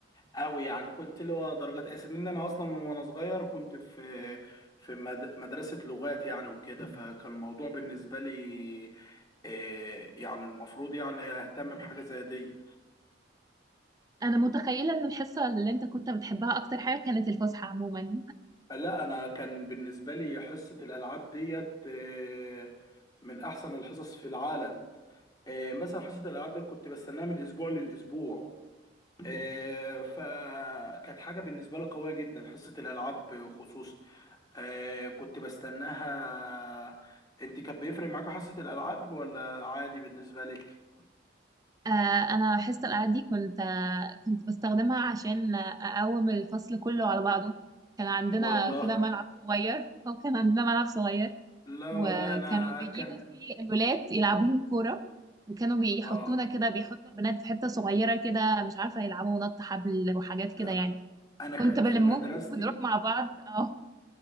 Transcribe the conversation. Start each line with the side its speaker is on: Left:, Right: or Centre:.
Left: أوي يعني كنت له درجات أساس لأن أنا أصلا وأنا صغير كنت في في مد- مدرسة لغات يعني وكده فكان الموضوع بالنسبة لي آه، يعني المفروض يعني أهتم بحاجة زي دي
Right: انا متخيله ان الحصه اللي انت كنت بتحبها اكتر حاجه كانت الفسحه عموما
Left: لا انا كان بالنسبه لي حصه الالعاب ديت آه، من احسن الحصص في العالم آه، مثلا حصه الالعاب دي كنت بستناها من الاسبوع للاسبوع آه، فكانت حاجه بالنسبه لي قويه جدا حصه الالعاب خصوصا آه كنت بستناها انت كان بيفرق معاك حصة الالعاب ولا عادي بالنسبة لك
Right: آه، انا حصه الالعاب دي كنت آه، كنت بستخدمها عشان آه، اقوم الفصل كله على بعضه كان عندنا
Left: والله
Right: كده ملعب صغير <laughs> او كان عندنا ملعب صغير
Left: لا والله
Right: وكانوا
Left: انا
Right: بيجيبوا
Left: كان
Right: فيه الولاد يلعبوهم كورة وكانوا بيحطونا
Left: اه
Right: كده بيحطوا البنات في حتة صغيرة كده مش عارفة يلعبوا نط حبل وحاجات كده
Left: لا
Right: يعني
Left: انا كانت
Right: كنت بلمهم
Left: في مدرستي
Right: ونروح مع بعض اه